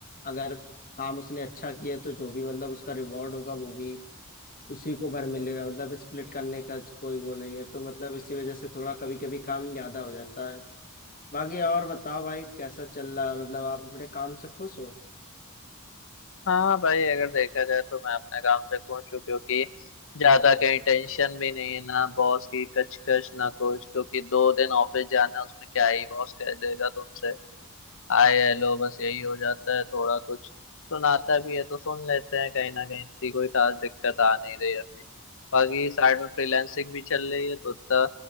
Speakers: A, on the left; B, on the left.
A: अगर काम उसने अच्छा किया है, तो जो भी मतलब उसका रिवॉर्ड होगा वो भी उसी को भर मिलेगा मतलब स्प्लिट करने का कोई वो नहीं है तो मतलब इसी वजह से थोड़ा कभी कभी काम ज्यादा हो जाता है बाकी और बताओ भाई कैसा चल रहा है मतलब आप अपने काम से खुश हो
B: हाँ भाई अगर देखा जाए तो मैं अपने काम से खुश हूँ क्योंकि ज्यादा कहीं टेंशन भी नहीं है ना बॉस की कचकच ना कुछ क्योंकि दो दिन ऑफिस जाना उसमें क्या ही बॉस कह देगा तुमसे हाय हेलो बस यही हो जाता है थोड़ा कुछ सुनाता भी है तो सुन लेते हैं कहीं ना कहीं इतनी कोई खास दिक्कत आ नहीं रही अभी बाकी साइड में फ्रीलांसिंग भी चल रही है तो उतना